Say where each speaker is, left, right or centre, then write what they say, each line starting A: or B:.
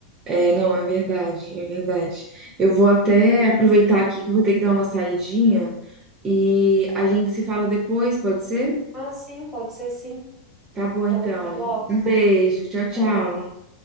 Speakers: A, on the right; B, in the centre.
A: É, não, é verdade, é verdade. Eu vou até aproveitar aqui que eu vou ter que dar uma saidinha e a gente se fala depois, pode ser?
B: Ah, sim, pode ser sim.
A: Tá bom,
B: Então,
A: então.
B: até logo.
A: Um beijo. Tchau, tchau.
B: Talvez.